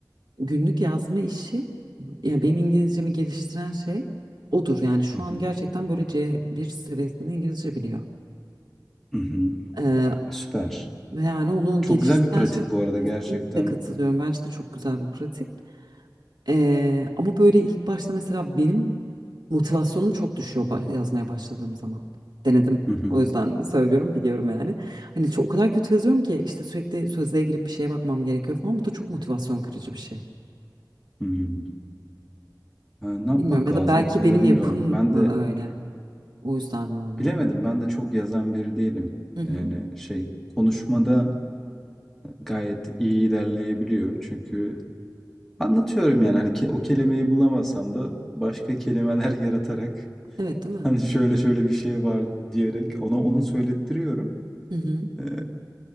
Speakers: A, on the right (about 80°); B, in the centre.
A: günlük yazma işi, ya benim İngilizcemi geliştiren şey odur. Yani şu
B: Hı hı,
A: an gerçekten böyle c bir seviyesinde İngilizce biliyor.
B: hı hı.
A: Ee,
B: Süper.
A: ve yani onu
B: Çok
A: geliştiren
B: güzel bir pratik
A: şey
B: bu arada
A: kesinlikle
B: gerçekten.
A: katılıyorum. Bence de çok güzel bir pratik. Ee, ama böyle ilk başta mesela benim motivasyonum çok düşüyor ba- yazmaya başladığım zaman. Denedim.
B: Hı hı,
A: O yüzden <laughs> söylüyorum, biliyorum yani. Hani çok, o kadar kötü yazıyorum ki işte sürekli sözlüğe girip bir şeye bakmam gerekiyor falan. Bu da çok motivasyon kırıcı bir şey.
B: hı hı. Ha, ne yapmak
A: Bilmiyorum ya
B: lazım
A: da belki
B: o konuda
A: benim
B: bilmiyorum.
A: yapım
B: Ben
A: mı
B: de
A: öyle? O yüzden mi oluyor?
B: bilemedim. Ben de çok yazan biri değilim.
A: Hı hı.
B: Yani şey konuşmada gayet iyi ilerleyebiliyor. Çünkü anlatıyorum yani hani ke- o kelimeyi bulamasam da başka kelimeler <laughs> yaratarak
A: Evet değil mi?
B: hani şöyle şöyle bir şey var diyerek ona onu söylettiriyorum.
A: Hı hı.
B: Ee,